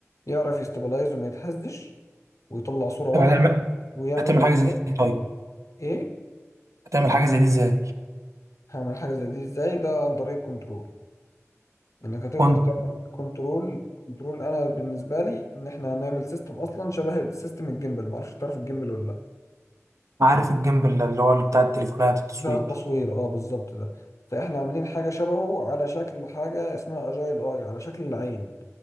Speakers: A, on the left; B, on the right.
A: يعرف يستابلايز وما يتهزش ويطلع صوره واضحه
B: طب هتعمل
A: ويعمل
B: هتعمل حاجه
A: تراك
B: زي دي إزاي طيب
A: ايه
B: هتعمل حاجه زي دي ازاي
A: هعمل حاجه زي دي ازاي ده عن طريق كنترول انك هتقدر
B: وانت
A: تعمل كنترول كنترول انا بالنسبه لي ان احنا هنعمل سيستم اصلا شبه سيستم الجيمبل ما اعرفش تعرف الجيمبل ولا لا
B: عارف الجنب اللي اللي هو اللي بتاع التليفونات التصوير
A: بتاع التصوير اه بالظبط ده فاحنا عاملين حاجه شبهه على شكل حاجه اسمها اجايل اي على شكل العين